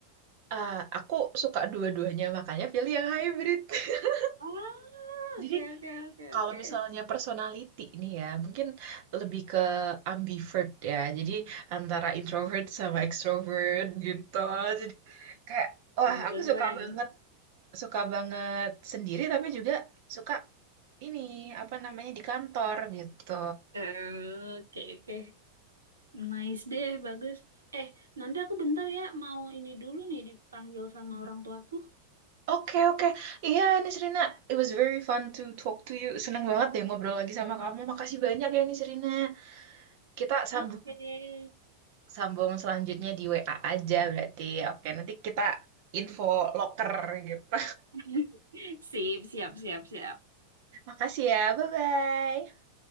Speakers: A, on the right (about 50°); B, on the right (about 75°).
A: Ah, aku suka dua-duanya, makanya pilih yang hybrid. <laughs>
B: Ah, oke
A: Jadi
B: oke oke
A: kalau
B: oke.
A: misalnya personality nih ya, mungkin lebih ke ambivert ya. Jadi antara introvert sama extrovert gitu. Jadi kayak, wah
B: Pantesan.
A: aku suka banget, suka banget sendiri tapi juga suka ini, apa namanya, di kantor gitu.
B: Eh, Oke oke. Nice deh, bagus. Eh, nanti aku bentar ya mau ini dulu nih dipanggil sama orang tuaku.
A: Oke, oke. Iya, Nisrina, it was very fun to talk to you. Seneng banget deh ngobrol lagi sama kamu. Makasih banyak ya, Nisrina. Kita sambung
B: Oke.
A: sambung selanjutnya di WA aja berarti. Oke, nanti kita info loker gitu.
B: <laughs> Sip, siap, siap, siap.
A: <laughs> Makasih ya. Bye-bye.